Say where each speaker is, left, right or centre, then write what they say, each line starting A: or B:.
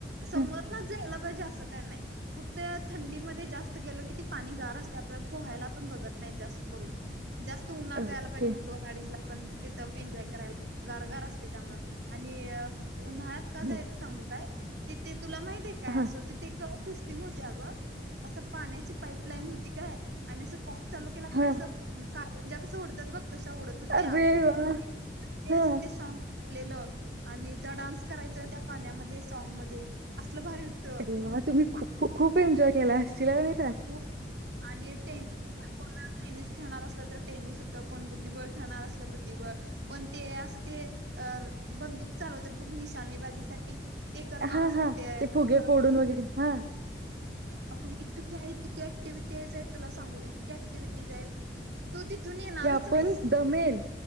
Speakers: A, on the right; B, on the right.
A: समरलाच
B: हं,
A: जायला पाहिजे असं काय नाय फक्त थंडीमध्ये जास्त गेलो कि ती पाणी गार असत्या आपल्याला पोहायला पण बघत नाहीत जास्त करून जास्त उन्हात
B: ओके.
A: जायाला पाहिजे मग दोन अडीचला पण तिथं एन्जॉय करायला गारगार असते त्यामुळं आणि अ उन्हाळ्यात का जायचं
B: हं,
A: सांगू काय ती ती तुला माहिते काय
B: हां,
A: असं ति ते क स्टीम हुती अगं असं पाण्याची पाईप लाईन होती काय आणि असं कॉक चालू केला का
B: हां.
A: नाय असं मग करंज्या कसं उडत्यात बघ तशा उडत हुत्या
B: अरे वाह!
A: आणि ते
B: हां.
A: असं ते साँग लावलेलं आणि त्या डान्स करायचा त्या पाण्यामध्ये साँगमध्ये असलं भारी होतं
B: अरे वा तुम्ही खूप खूप एन्जॉय केला असशतीला की नाही
A: खूप आणि टेन कोण टेनिस खेळणार असलं तर टेनिस होतं कोण बुद्धिबळ खेळणार असलं तर बुद्धिबळ कोण ते असं ते अ बंदूक चालवत्यात बघ निशानेबाजीसाठी ते करणार
B: हां,
A: असला
B: हां.
A: ते हाय
B: फुगे
A: परत
B: फोडून
A: कोण
B: वगैरे हां,
A: अगं तक्या इतकी ऍक्टिव्हटी आहेत तुला सांगू इतक्या ऍक्टिव्हिटिज आहेत तू तिथून येणारच
B: की आपण
A: नाहीस
B: दमेल